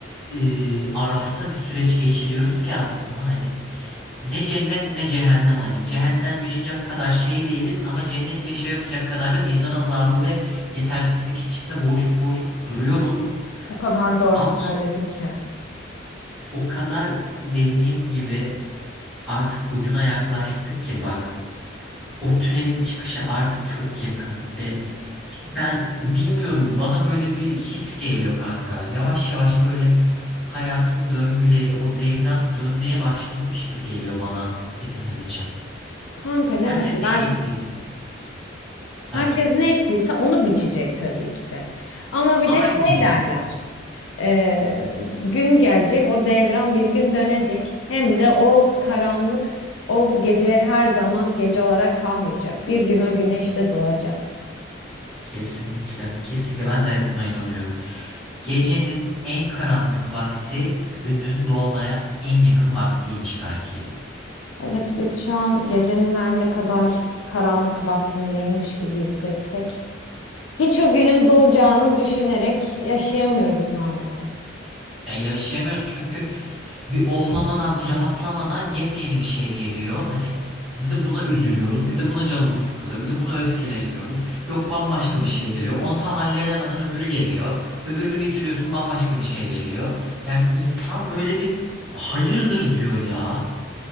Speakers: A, in the centre; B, on the left (about 85°).
A: e, arafta bir süreç geçiriyoruz ki aslında hani ne cennet ne cehennem hani. Cehennem yaşayacak kadar şey değiliz ama cennet yaşayamayacak kadar da vicdan azabı ve yetersizlik içinde boğuşup boğuşup duruyoruz.
B: O kadar doğru
A: Ama
B: söyledin ki.
A: o kadar dediğim gibi artık ucuna yaklaştık ki bak o tünelin çıkışı artık çok yakın ve ben bilmiyorum bana böyle bir his geliyor kanka. Yavaş yavaş böyle hayatın döngüleri o devran bir dönmeye başlıyormuş gibi geliyor bana hepimiz için.
B: Kanka ne
A: Herkes
B: derler?
A: neyi ektiyse. Ha.
B: Herkes ne ektiyse onu biçecek tabii ki de. Ama bir
A: Aynen
B: de şey
A: öyle.
B: derler. e, gün gelecek, o devran bir gün dönecek. Hem de o karanlık, o gece her zaman gece olarak kalmayacak. Bir gün o güneş de doğacak.
A: Kesinlikle. Kesinlikle ben de hep buna inanıyorum. Gecenin en karanlık vakti günün doğmaya en yakın vaktiymiş kanki.
B: Evet, biz şu an gecenin her ne kadar karanlık vaktindeymiş gibi hissetsek, hiç o günün doğacağını düşünerek yaşayamıyoruz maalesef.
A: Ya yaşayamıyoruz çünkü bir ohlamadan bir rahatlamadan yepyeni bir şey geliyor. Hani bir de buna üzülüyoruz, bir de buna canımız sıkılıyor, bir de buna öfkeleniyoruz. Yok bambaşka bir şey geliyor. Onu tam halledemeden öbürü geliyor. Öbürünü bitiriyorsun bambaşka bir şey geliyor. Yani insan böyle bir hayırdır diyor ya.